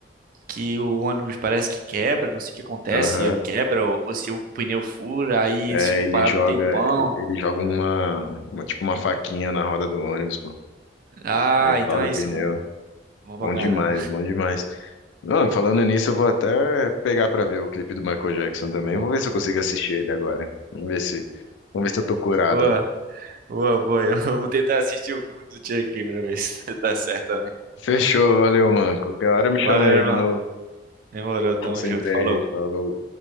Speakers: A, on the right (about 50°); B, on the left (about 80°).
A: que o ônibus parece que quebra, não sei o que acontece,
B: Aham.
A: é quebra, ou, ou se o pneu fura, aí
B: É,
A: eles ficam
B: ele
A: parados
B: joga,
A: um tempão.
B: ele joga uma, uma, tipo uma faquinha na roda do ônibus, pô.
A: Ah,
B: Aí estoura
A: então é
B: o pneu.
A: isso, mano. Bom pra
B: Bom
A: caramba.
B: demais, bom demais. Não, falando nisso, eu vou até pegar pra ver o clipe do Michael Jackson também. Vou ver se eu consigo assistir ele agora. Vamos ver se, vamos ver se eu tô curado.
A: Pô. Boa, boa. Eu <laughs> vou tentar assistir o filme do Chuck aqui pra ver se <laughs> dá certo também.
B: Fechou, valeu, mano. Qualquer hora me
A: Valeu,
B: chama aí
A: irmão.
B: de novo.
A: Demorou, tamo
B: Tô sempre
A: junto. Falou.
B: aí. Falou.